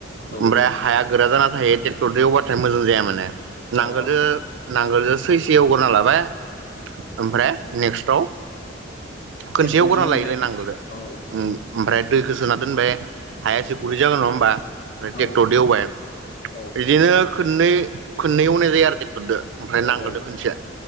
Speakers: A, on the left; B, on the right.
A: औ
B: ओमफ्राय हाया गोरा जाना थायो टे क्टरदो एवबाथाय मोजां जाया माने नांगोलजो
A: अ
B: नांगोलजो सैसे एवग्रोना लाबाय ओमफ्राय नेक्स्टआव खोनसे
A: ट्रेक्टरजों
B: एवग्रोना
A: एवबाय
B: लायोलोय नांगोलदो
A: औ
B: ओमफ्राय दैखो सोना दोनबाय हाया
A: उम
B: एसे गुरै जागोन नङा होमबा ओमफ्राय
A: औ
B: टेक्टरदो एवबाय
A: औ
B: बेयो खोननै खोननै एवनाय जायो आरो टेक्टरदो ओमफ्राय
A: औ
B: नांगोलदो
A: औ
B: खोनसे